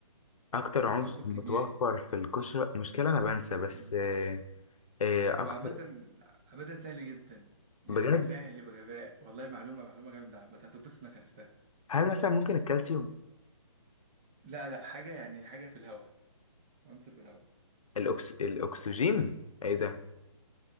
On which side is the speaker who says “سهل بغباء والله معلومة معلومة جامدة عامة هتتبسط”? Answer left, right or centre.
Right